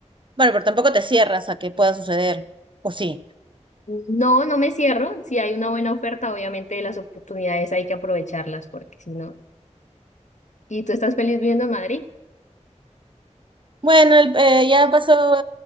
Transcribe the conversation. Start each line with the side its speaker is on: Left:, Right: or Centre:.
Right: Bueno, pero tampoco te cierras a que pueda suceder, ¿o sí?
Left: No, no me cierro. Si hay una buena oferta, obviamente las oportunidades hay que aprovecharlas porque si no... ¿Y tú estás feliz viviendo en Madrid?
Right: Bueno, el- eh, ya pasó,